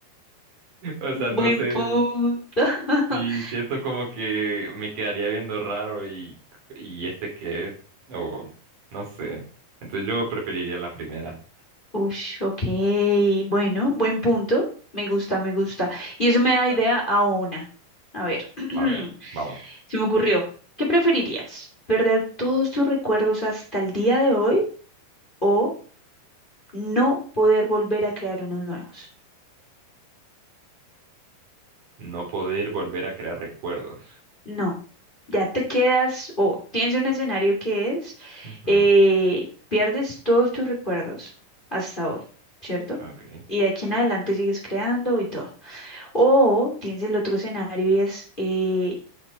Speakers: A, on the right; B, on the left.
A: O sea,
B: Buen
A: no sé
B: punto. <laughs>
A: si siento como que me quedaría viendo raro y, y este qué o no sé. Entonces yo preferiría la primera.
B: Ush, ok, bueno,
A: Y,
B: buen punto. Me gusta, me gusta. Y eso me da
A: ah,
B: idea a una. A ver, <clears throat>
A: A ver, vamos.
B: se me ocurrió. ¿Qué preferirías? ¿Perder todos tus recuerdos hasta el día de hoy o no poder volver a crear unos nuevos?
A: No poder volver a crear recuerdos.
B: No, ya te quedas o tienes un escenario que es,
A: Ujú,
B: eh, pierdes todos tus recuerdos hasta hoy, ¿cierto?
A: ok.
B: Y de aquí en adelante sigues creando y todo. O tienes el otro escenario y es, eh,